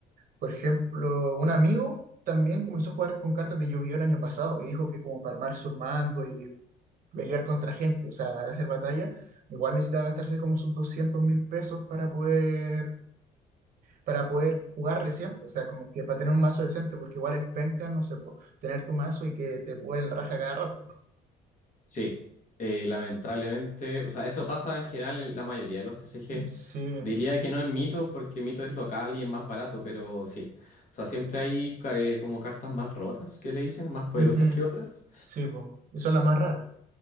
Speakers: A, on the right; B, on the left.
A: Por ejemplo, un amigo también comenzó a jugar con cartas de Yu-Gi-Oh! el año pasado y dijo que como para armar su mando y pelear contra gente, o sea, hacer batalla, igual necesitaba gastarse como sus doscientos mil pesos para poder, para poder jugar recién, pues, o sea, como que para tener un mazo decente, porque igual es penca, no sé, po, tener tu mazo y que te puedan la raja cada rato. po.
B: Sí, eh, lamentablemente, o sea, eso pasa en general en la mayoría de los TCG.
A: Sí,
B: Diría que no en Mito, porque Mito es local y es más barato, pero sí. O sea, siempre hay ca- eh, como cartas más rotas, que le dicen, más poderosas
A: ujú,
B: que otras.
A: sí, po. Y son las más raras.